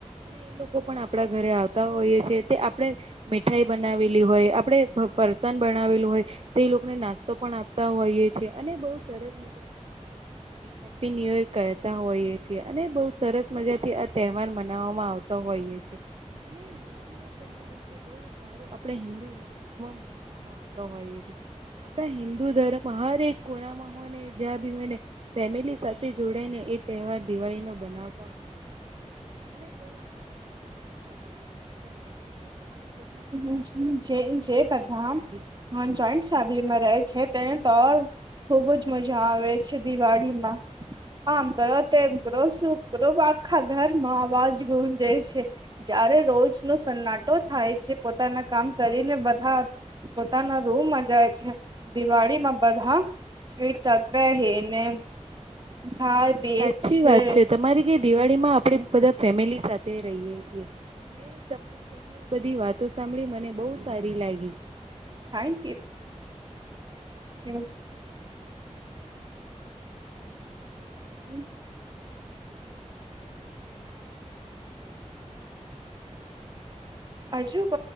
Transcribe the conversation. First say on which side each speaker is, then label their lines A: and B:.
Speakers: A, on the right; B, on the right.
A: અને એ લોકો પણ આપણા ઘરે આવતા હોઈએ છે. તે આપણે મીઠાઈ બનાવેલી હોય આપણે ફરસાણ બનાવેલું હોય. તે લોકોને નાસ્તો પણ આપતા હોઈએ છે. અને બહુ સરસ મજા હેપી ન્યુ યર કરતા હોય. અને બહ સરસ મજા થી આ તહેવાર મનાવામાં આવતો હોઈએ છે, અને દિવાળી તહેવાર એટલે બહઉ સારો આપણેે હિન્દુ ધર્મોમાં મનાવવામાં આવતો હોઈએ છેએ. આપણા હિન્દુ ધર્મમાં હર એક કોનામાં હોય ને જ્યાં ભી હોય ને. ફેમિલી સાથે જોડાઈ ને એ તહેવાર દિવાળી નો બનાવ બ આનંદથી બનાવ હો તમને. બધી આ માહિતી
B: હ
A: આપી
B: જ જય
A: ને
B: બદામન
A: કેવી લાગી છે
B: ચઈન્ટ. ફલીમાં રહે છે. તેને તો ખુબ જ મજા આવે છે. દિવાળીમાં આમ કરો તેમ કરો શું કરો આખા ઘરમાં અવાજ ગુરુંજાય છે. જયારે રોજ નો સન્નાટો થાય જે પોતાના કામ કરીને બધા પોતાના રૂમમાં જાય છે, દિવાળીમાં બધા એક સ હ ને ઘાર બેચ
A: સાચી
B: છે.
A: વાત તમારી ક દિવાળીમાં આપણે
B: હમ
A: બધા ફેમિલી સાથે રહીએ છીએ, મેં મારી બધી આ બધી વાતો સાંભળી મને બહ સારી લાગી.
B: Thank you. હમ. હજુ ક